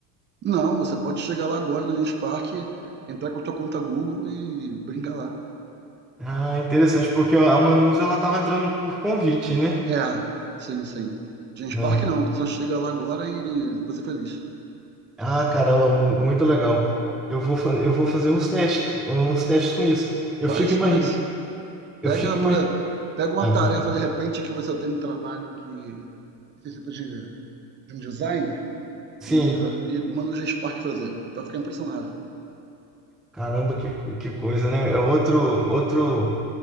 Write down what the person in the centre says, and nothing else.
Ah, interessante, porque a Manus ela estava entrando por convite, né?
Né?
Ah, caramba, mu- muito legal. Eu vou, fa- eu vou fazer uns testes, uns testes com isso. Eu
fico imaginando,
eu
fico imaginando.
Ah,
pode falar.
Sim,
caramba, que, que coisa, né? É outro, outro.